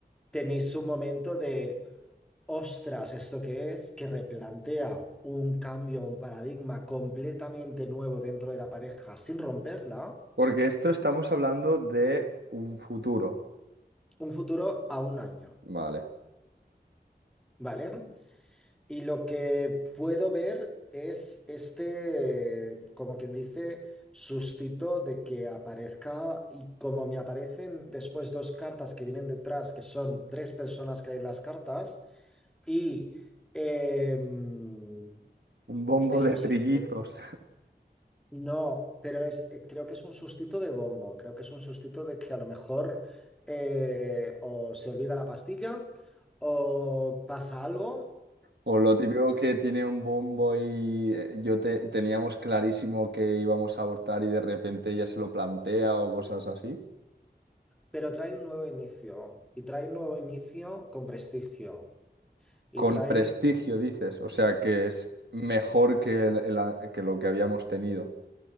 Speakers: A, in the centre; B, on the right.
A: tenéis un momento de, ostras, ¿esto qué es? que replantea un cambio, un paradigma completamente nuevo dentro de la pareja sin romperla,
B: Porque esto estamos hablando de un futuro.
A: un futuro a un año,
B: Vale.
A: ¿vale? Y lo que puedo ver es este, como quien dice, sustito de que aparezca y como me aparecen después dos cartas que vienen detrás, que son tres personas que hay en las cartas, y em,
B: Un bombo
A: es
B: de
A: posible
B: trillizos.
A: que no, pero es, eh, creo que es un sustito de bombo, creo que es un sustito de que a lo mejor eh, o se olvida la pastilla o pasa algo
B: O lo típico que tiene un bombo y eh, yo te- teníamos clarísimo que íbamos a abortar y de repente ella se lo plantea o cosas así.
A: pero trae un nuevo inicio y trae un nuevo inicio con prestigio y
B: Con
A: trae...
B: prestigio, dices, o sea que es mejor que, el- el a- que lo que habíamos tenido.